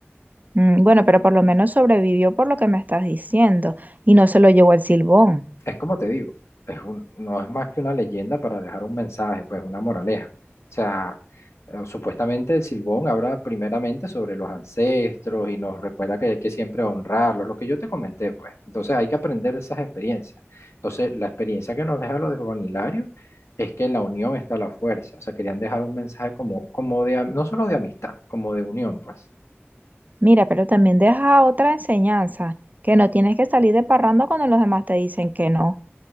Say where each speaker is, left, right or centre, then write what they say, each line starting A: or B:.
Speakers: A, on the right; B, on the left.
A: Mm, bueno, pero por lo menos sobrevivió por lo que me estás diciendo y no se lo llevó el silbón.
B: es como te digo, es un, no es más que una leyenda para dejar un mensaje, pues una moraleja. O sea, eh, supuestamente el Silbón habla primeramente sobre los ancestros y nos recuerda que hay que siempre honrarlos, lo que yo te comenté, pues. Entonces hay que aprender de esas experiencias. Entonces, la experiencia que nos deja lo de Juan Hilario es que en la unión está la fuerza. O sea, querían dejar un mensaje como, como de, am- no solo de amistad, como de unión, pues.
A: Mira, pero también deja otra enseñanza, que no tienes que salir de parranda cuando los demás te dicen que no.